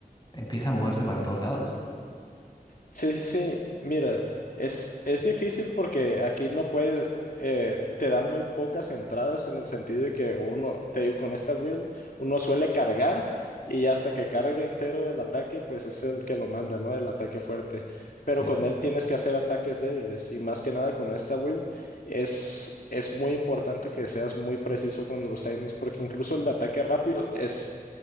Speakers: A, on the left; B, on the left.
A: empieza a moverse para todos lados.
B: Sí, sí, sí. Mira, es, es difícil porque aquí no puedes, eh, te dan muy pocas entradas en el sentido de que uno, te digo, con esta build, uno suele cargar y hasta que cargue entero el ataque, pues es el que lo manda, ¿no? El ataque fuerte.
A: Sí,
B: Pero con él tienes que hacer ataques débiles y más que nada con esta build es, es muy importante que seas muy preciso con los timings porque incluso el de ataque rápido es